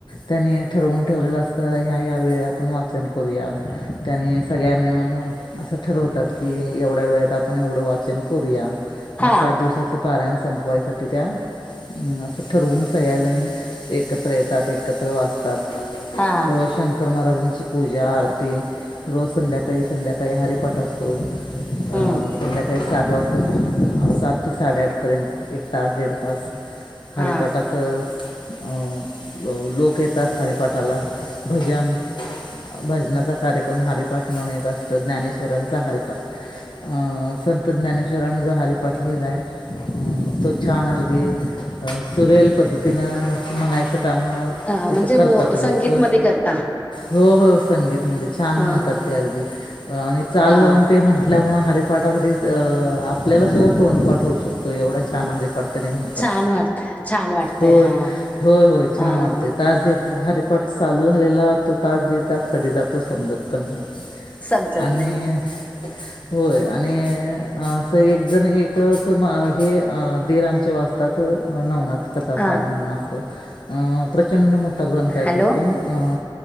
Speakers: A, on the left (about 70°); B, on the left (about 20°).
A: त्यानी ठरवून ठेवलेलं असत ह्या ह्या या वेळी आपण वाचन करूया त्यानी सगळ्या मिळून असं ठरव होतात की एवढ्या वेळेत, आपण एवढं वाचन करूया. मग
B: हा
A: सात दिवसाचे पारायण संपवायसाठी त्या असं ठरवून सगळ्याजणी एकत्र येतात एकत्र वाचतात
B: हा
A: रोज शंकर महाराज त्यांची पूजा आरती रोज संध्याकाळी, संध्याकाळी, हरिपाट असतो. अ
B: हम्म
A: संध्याकाळी सात वाजता अ सात ते साडेआठ पर्यंत तास दीड तास हरीपाटाचं
B: हा
A: अ लोक येतात हरिपाठा ला भजन भजनाचा कार्यक्रम हरिपाठ म्हणून एक असतं, ज्ञानेश्वरांचा हरिपाठ. अ संत ज्ञानेश्वराणी जो हरि पाठ लिहिलाय अ तो छान अगदी सुरेल पद्धतीनं म्हणायचं काम
B: अ
A: तिथं
B: म्हणजे
A: करतात लोक
B: संगीत मध्ये करता
A: हो हो संगीतमध्ये छान
B: अ
A: म्हणतात, ते अगदी आणि चाल
B: हा
A: लावून ते म्हंटल्यामुळ हरिपाट अगदी आपल्याला सुद्धा तोंडपाट होऊ शकतो एवढा छान हरि पाठ ते म्हणतात
B: छान वाटत छान वाटते
A: होय,
B: हा
A: होय, होय छान
B: हा
A: वाटते तास दीड तर हारिपाठ चालू झालेला, तो तास दीड तास कधी जातो समजत पण नाही
B: समजत
A: आणि
B: नाही.
A: होय आणि असं एक जण एकच मा हे अ दीर आमचे वाचतात नवनाथ कथासार
B: हा
A: म्हणून असत अ प्रचंड मोठा ग्रंथ आहे
B: हॅलो
A: तो पण अ